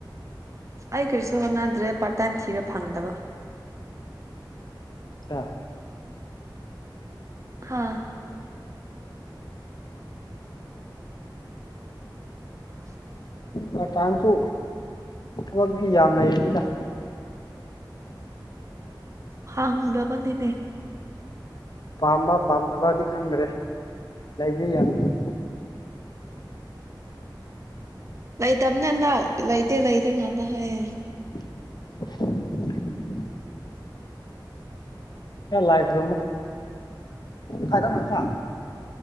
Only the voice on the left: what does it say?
ꯑ
ꯀꯇꯥꯟꯁꯨ ꯃꯒꯤ ꯌꯥꯝ ꯂꯩꯅꯤꯗ
ꯄꯥꯝꯕ ꯄꯥꯝꯅꯕꯗꯤ ꯈꯪꯈ꯭ꯔꯦ ꯂꯩꯕ ꯌꯥꯝꯅ
<unintelligible> ꯍ ꯂꯥꯏ ꯈꯨ꯭ꯔꯣꯃꯣ ꯀꯥꯏꯗ ꯊ